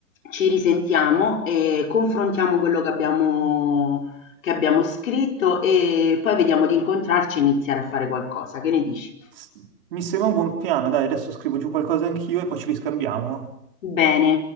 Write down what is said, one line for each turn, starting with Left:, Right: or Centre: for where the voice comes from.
Left: ci risentiamo e confrontiamo quello che abbiamo, che abbiamo scritto e poi vediamo di incontrarci e iniziare a fare qualcosa. Che ne dici?
Right: S- Mi sembra un buon piano, dai, adesso scrivo giù qualcosa anch'io e poi ci riscambiamo.
Left: Bene.